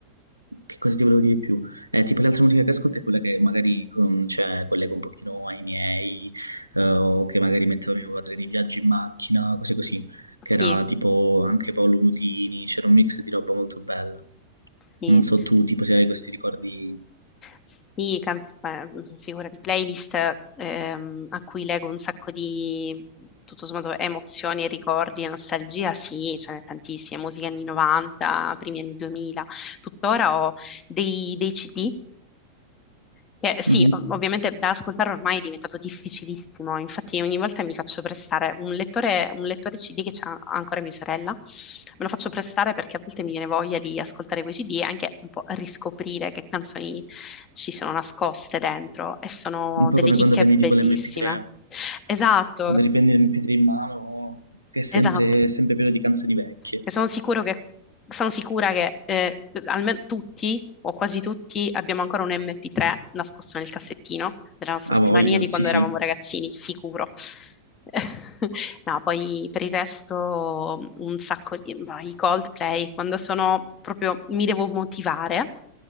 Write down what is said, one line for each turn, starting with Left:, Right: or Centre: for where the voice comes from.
Right: che cosa ti volevo dire di più? Eh, tipo l'altra musica che ascolto è quella che magari con, cioè, collego un pochino ai miei, eh, o che magari mettevo mio padre nei viaggi in macchina, cose così, che
Left: Sì,
Right: era tipo anche Paolo Nutini, c'era un mix di roba molto bella.
Left: sì.
Right: Non so tu, tipo se hai questi ricordi...
Left: Sì, canz- eh, figura di playlist ehm, a cui leggo un sacco di, tutto sommato, emozioni, ricordi e nostalgia, sì, ce n'è tantissime, musica anni 90, primi anni 2000. Tuttora ho dei, dei CD che sì,
Right: Mhm.
Left: ov- ovviamente da ascoltare ormai è diventato difficilissimo, infatti ogni volta mi faccio prestare un lettore, un lettore CD che c'ha ancora mia sorella, me lo faccio prestare perché a volte mi viene voglia di ascoltare quei CD e anche un po' riscoprire che canzoni ci sono nascoste dentro e sono
Right: Un po'
Left: delle
Right: come
Left: chicche
Right: quando prendi
Left: bellissime.
Right: tipo l'MP3,
Left: Esatto.
Right: quando riprendi l'MP3 in mano, che è sempre,
Left: Esatto.
Right: sempre pieno di canzoni vecchie.
Left: E sono sicuro che, sono sicura che eh, almeno tutti o quasi tutti abbiamo ancora un MP3 nascosto nel cassettino della nostra
Right: A
Left: scrivania
Right: voglia,
Left: di
Right: sì
Left: quando
Right: sì.
Left: eravamo ragazzini, sicuro. <laughs> No, poi per il resto un sacco di... boh, I Coldplay, quando sono proprio... mi devo motivare.